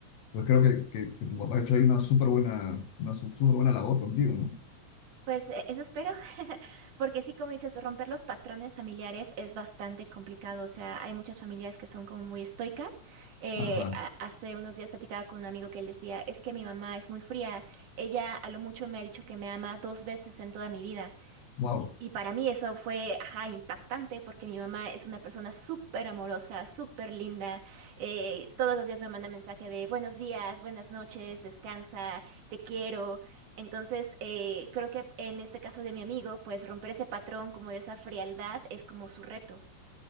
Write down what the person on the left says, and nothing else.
Entonces creo que, que, que tu papá ha hecho ahí una súper buena, una su- súper buena labor contigo, ¿no?
Ajá,
wow,